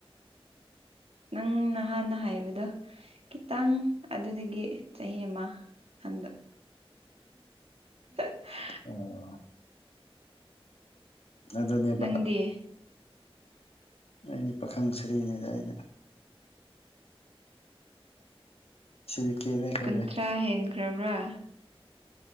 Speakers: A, on the right; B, on the left.
A: ꯅꯪ ꯅꯍꯥꯟꯅ ꯍꯥꯏꯕꯗ ꯈꯤꯇꯪ ꯑꯗꯨꯗꯒꯤ ꯆꯍꯤ ꯑꯃ ꯍꯟ <unintelligible>
B: ꯑꯣ ꯑꯗꯨꯅꯦꯕ
A: ꯅꯪꯗꯤ
B: ꯑꯩꯗꯤ ꯄꯥꯈꯪ ꯁꯔꯤꯅꯤꯗ ꯑꯩꯗꯤ ꯁꯤꯕꯤꯀꯦꯅꯦ ꯈꯔꯗꯤ
A: ꯀꯨꯟꯊ꯭ꯔꯥ ꯍꯦꯟꯈ꯭ꯔꯕ꯭ꯔꯥ